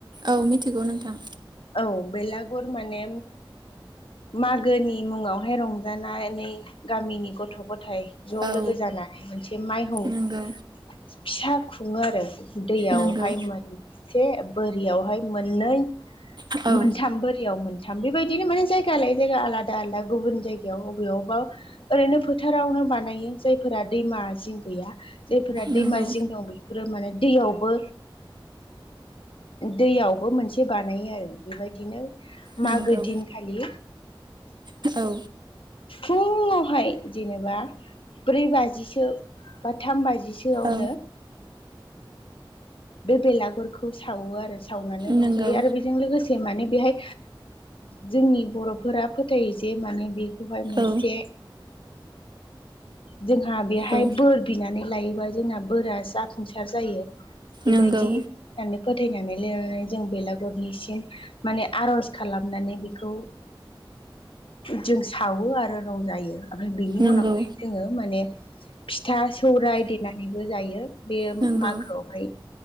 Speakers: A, on the right; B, on the left.
A: औ मिथिगौ नोंथां
B: औ बेलागुर माने मागोनि मुङावहाय रंजाना एै गामिनि गथ' गथाइ ज'
A: औ
B: लोगो जानाया मोनसे माइखौ
A: नोंगौ
B: फिसा खुङो आरो दैयावहाय
A: नोंगौ
B: मोनसे बोरियावहाय मोननै मोनथाम
A: औ
B: बोरियाव मोन थम बेबायदिनो माने जायगा आायै जायगा आलादा आलादा गुबुन जायगायाव बबेयावबा ओरैनो फोथारावनो बानायो जायफोरा दैमा जिं गैया जायफोरा दैमा
A: नोंगौ
B: जिं दं बे बेफोरो माने दैयावबो दैयावबो मोनसे बानायो आरो बेबायदिनो मागो
A: नोंगौ
B: दिनखालि
A: औ
B: फुंङावहाय जेनेबा ब्रै बाजिसो बा थाम बाजिसो
A: औ
B: नो बे बेलागुरखौ सावो आरो सावनानै रंजायो
A: नोंगौ
B: आरो बेजों लोगोसे माने बेहाय जोंनि बर' फोर फोथायो जे माने बेखौहाय मोनसे
A: औ
B: जोंहा बेहाय
A: औ
B: बोर बिनानै लायोबा जोंना बोरा जाफुंसार जायो बेबायदि
A: नोंगौ
B: होननानै फोथायनानै लिरनानै जों बेलागुरनिसिम माने आर'ज खालामनानै बेखौ जों सावो आरो रं जायो ओमफ्राय बिनि
A: नोंगौ
B: उनावहाय जोङो माने फिथा सौराय देनानैबो जायो बे
A: नोंगौ
B: मायखौ हाय